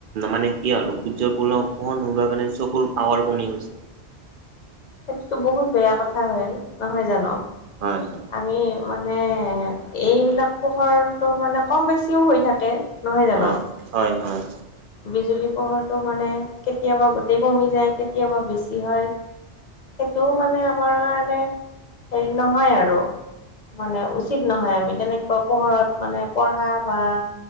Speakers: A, on the right; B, on the left.
A: মানে কি আৰু, সূৰ্যপূ <unintelligible> নোলোৱাৰ কাৰণে, চকুৰ পাৱাৰ কমি গছে।
B: সেইটোতো বহুত বেয়া কথা হয়, নহয় জানো?
A: হয়, হয়।
B: আমি মানে, এইবিলাক পোহৰটো মানে, কম বেছিও হৈ থাকে। নহয় জানো
A: হয়, হয়-হয়।
B: বিজুলী পোহৰটো মানে কেতিয়াবা গোটেই কমি যায়, কেতিয়াবা বেছি হয়। সেইটোও মানে আমাৰ কাৰণে, কোনো হেৰি নহয় আৰু। মানে উচিত নহয় আমি তেনেকে পোহৰত মানে পঢ়া বা